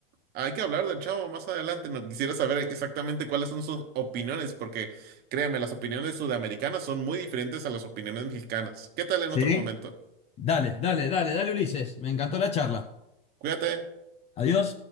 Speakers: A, on the right (about 35°); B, on the left (about 20°).
A: hay que hablar del chavo más adelante, no quisiera saber exactamente cuáles son sus opiniones, porque créeme, las opiniones sudamericanas son muy diferentes a las opiniones mexicanas. ¿Qué tal en
B: ¿Sí?
A: otro momento?
B: Dale, dale, dale, dale, Ulises. Me encantó la charla.
A: Cuídate.
B: Adiós.